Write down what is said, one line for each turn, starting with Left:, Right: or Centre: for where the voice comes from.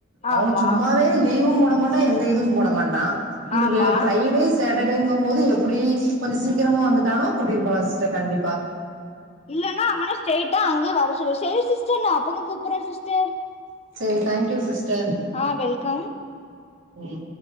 Right: அவங்க
Left: ஆமா
Right: சும்மாவே லீவு போடமாட்டா எந்த இதுவு போடமாட்டா இது
Left: ஆமா
Right: வே ஃபைவ்டேஸ் சேட்டர்டேங்கும் போது எப்டி கொஞ்ச சீக்கிரமா வந்துட்டானா கூட்டிட்டு போலா சிஸ்டர் கண்டிப்பா
Left: இல்லன்னா அவன ஸ்டெய்ட்டா அங்கேயே வர சொல்லு செரி சிஸ்டர் நா அப்புறோ கூப்புறே சிஸ்டர்
Right: செரி தேங்க்யூ சிஸ்டர்
Left: ஆ வெல்கம்
Right: ம்